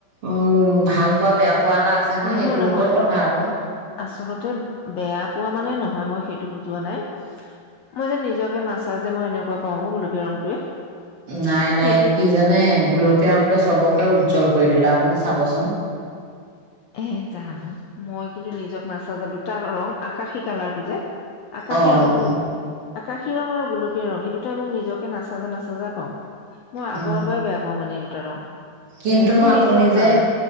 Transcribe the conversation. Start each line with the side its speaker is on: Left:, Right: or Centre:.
Right: উম ভাল পোৱা বেয়া পোৱা এটা আছে
Left: নহয়
Right: সেইটোৰ
Left: নহয়,
Right: ওপৰত কথা আৰু।
Left: আচলতে বেয়া। পোৱা মানে নহয়, মই সেইটো বুজোৱা নাই। মই যদি নিজকে নাচাযে। মই এনেকুৱা কওঁ, গুলপীয়া ৰংটোৱে।
Right: নাই
Left: সেইটো
Right: নাই, কি জানে? গুলপীয়া ৰংটোৱে চবকে উজ্জ্বল কৰি তোলে, আপুনি চাবচোন।
Left: এ জানো মই কিন্তু নিজক নাচাজা। দুটা ৰং আকাশী কালাৰটো যে, আকাশী
Right: অ',
Left: ৰংটো। আকাশী ৰং আৰু গোলপীয়া ৰং এই দুটাই মোক নিজকে নাচাজে নাচাজে পাও, মই
Right: উম,
Left: আগৰ পৰাই বেয়া পাওঁ মানে এই দুটা ৰং।
Right: কিন্তু
Left: মোৰ
Right: আপুনি
Left: নিজৰ কাৰণে
Right: যে,